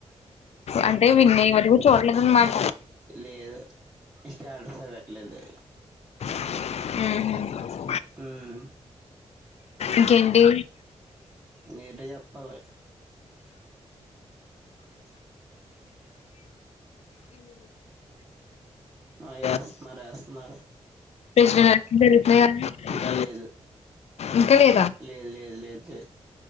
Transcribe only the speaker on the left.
అంటే విన్ అయ్యే వరకు చూడలేదన్నమాట
ఉహు
ఇంకేంటి
ఈ
ప్రెసిడెంట్ ఎలక్షన్ జరుగుతున్నాయి కదా
ఇంకా లేదా